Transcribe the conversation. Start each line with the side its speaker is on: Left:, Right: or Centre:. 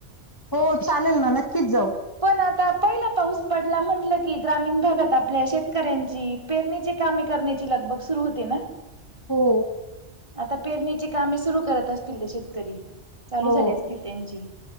Left: हो चालेल ना नक्कीच जाऊ.
Right: पण आता पहिला पाऊस पडला म्हटलं की ग्रामीण भागात आपल्या शेतकऱ्यांची. पेरणी कामे करण्याची लगब ग सुरु होते ना.
Left: हो.
Right: आता पेरणीची कामे सुरू करत असतील ते शेतकरी. चालू
Left: हो,
Right: झाली असतील त्यांची